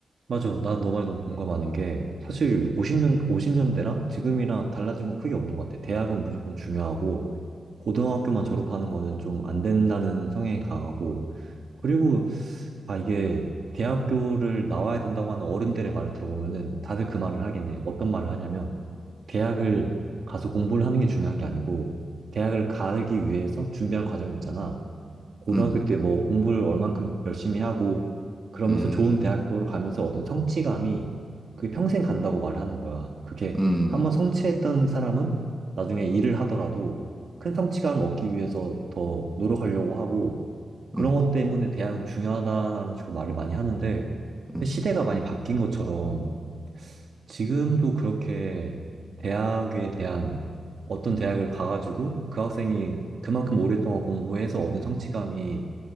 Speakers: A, on the right; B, in the centre.
A: 맞아. 나 너 말에 너무 공감하는 게 사실 50년, 50년대랑 지금이랑 달라진 건 크게 없는 것 같아. 대학은 무조건 중요하고 고등학교만 졸업하는 거는 좀 안 된다는 성향이 강하고 그리고 아 이게 대학교를 나와야 된다고 하는 어른들의 말을 들어보면은 다들 그 말을 하긴 해. 어떤 말을 하냐면 대학을 가서 공부를 하는 게 중요한 게 아니고 대학을 가기 위해서 준비한 과정이 있잖아. 고등학교
B: 음,
A: 때 뭐 공부를 얼만큼 열심히 하고 그러면서
B: 음,
A: 좋은 대학교로 가면서 얻은 성취감이 그게 평생 간다고 말하는 거야. 그게
B: 음,
A: 한번 성취했던 사람은 나중에 일을 하더라도 큰 성취감을 얻기 위해서 더 노력하려고 하고 그런
B: 음,
A: 것 때문에 대학은 중요하다라는 식으로 말을 많이 하는데
B: 음.
A: 근데 시대가 많이 바뀐 것처럼 지금도 그렇게 대학에 대한 어떤 대학을 가가지고 그 학생이 그만큼 오랫동안 공부해서 얻은 성취감이